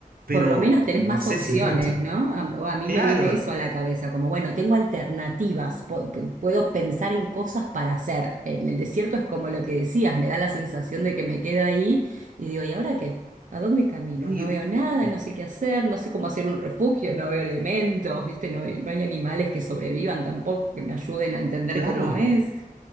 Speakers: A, on the right; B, on the right.
A: pero
B: Por lo menos tenés
A: no
B: más
A: sé
B: opciones,
A: si mucha.
B: ¿no? A, o a mí
A: Claro,
B: me viene eso a la cabeza, como bueno, tengo alternativas, pu- pu- puedo pensar en cosas para hacer. En el desierto es como lo que decías, me da la sensación de que me quedo ahí y digo, ¿y ahora qué? ¿A dónde camino?
A: no,
B: No
A: y-
B: veo nada,
A: y-
B: no sé qué hacer, no sé cómo hacer un refugio, no veo elementos, ¿viste? No, hay- no hay animales que sobrevivan tampoco, que me ayuden a entender
A: claro.
B: cómo es.